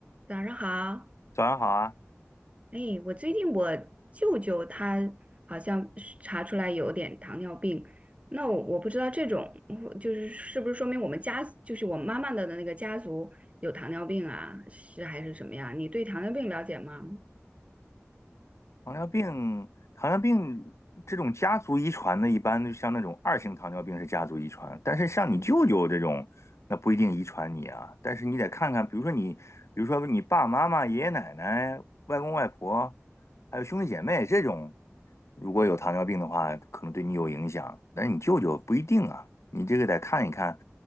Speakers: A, on the right; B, on the left.
A: 早上好，
B: 早上好啊，
A: 哎，我最近我舅舅他好像是查出来有点糖尿病，那我我不知道这种我就是是不是说明我们家就是我妈妈的那个家族有糖尿病啊，是还是什么呀？你对糖尿病了解吗？
B: 糖尿病，糖尿病这种家族遗传的，一般就像那种二型糖尿病是家族遗传，但是像你舅舅这种，那不一定遗传你啊。但是你得看看，比如说你，比如说你爸爸妈妈、爷爷奶奶、外公外婆，还有兄弟姐妹这种，如果有糖尿病的话，可能对你有影响，但是你舅舅不一定啊。你这个得看一看，